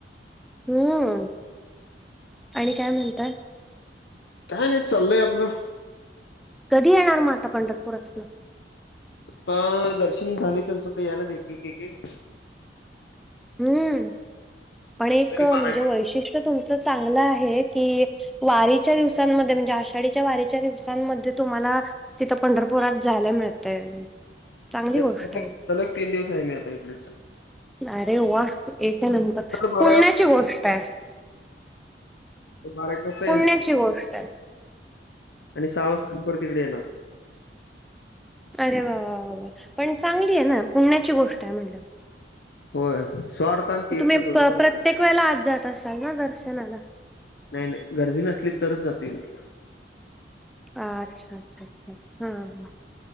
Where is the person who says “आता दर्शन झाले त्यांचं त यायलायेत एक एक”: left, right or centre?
Left